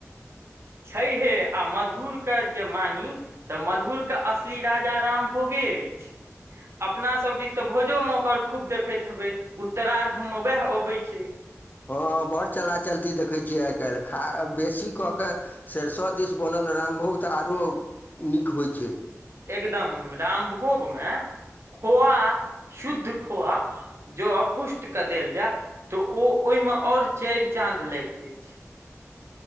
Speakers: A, on the right (about 55°); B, on the left (about 35°).
A: छैहे आ मधुरके जे मानी तऽ मधुरके असली राजा रामभोगे अछि अपनासभ दिस तऽ भोजोमे ओकर खूब देखैत हेबै उत्तरार्धमे उएह अबैत छै
B: हँ बड़ चला चलती देखै छियै आइ काल्हि खा बेसी कऽ कऽ सरिसो दिस बनल रामभोग तऽ आरो नीक होइ छै
A: एकदम रामभोगमे खोआ शुद्ध खोआ जँ पुष्टकेँ देल जाय तऽ ओ ओहिमे आओर चारि चाँद लागि जाइत छै